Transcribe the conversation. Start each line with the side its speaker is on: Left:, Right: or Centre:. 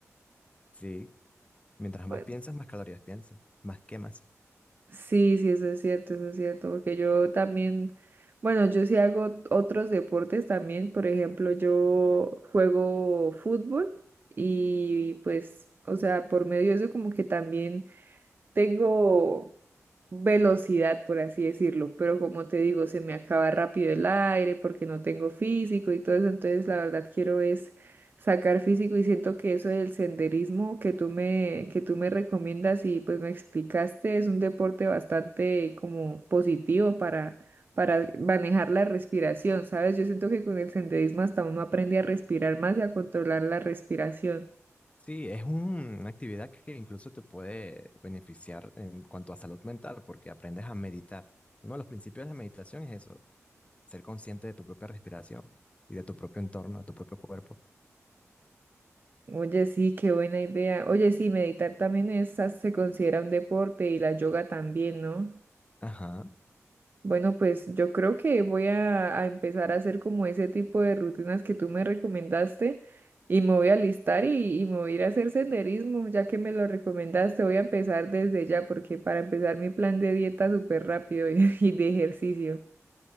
Left: <laughs> Sí, mientras
Right: Bueno,
Left: más piensas, más calorías piensas, más quemas.
Right: sí, sí, eso es cierto, eso es cierto, porque yo también, bueno, yo sí hago otros deportes también, por ejemplo, yo juego fútbol y pues, o sea, por medio de eso como que también tengo velocidad, por así decirlo, pero como te digo, se me acaba rápido el aire porque no tengo físico y todo eso, entonces la verdad quiero es sacar físico y siento que eso del senderismo que tú me, que tú me recomiendas y pues me explicaste es un deporte bastante como positivo para, para manejar la respiración, ¿sabes? Yo siento que con el senderismo hasta uno aprende a respirar más y a controlar la respiración.
Left: Sí, es un- una actividad que incluso te puede beneficiar en cuanto a salud mental, porque aprendes a meditar. Uno de los principios de la meditación es eso, ser consciente de tu propia respiración y de tu propio entorno, de tu propio cuerpo.
Right: Oye, sí, qué buena idea. Oye, sí, meditar también es, se considera un deporte y la yoga también, ¿no?
Left: Ajá.
Right: Bueno, pues yo creo que voy a, a empezar a hacer como ese tipo de rutinas que tú me recomendaste y me voy a listar y, y me voy a ir a hacer senderismo, ya que me lo recomendaste, voy a empezar desde ya porque para empezar mi plan de dieta súper rápido y, <laughs> y de ejercicio.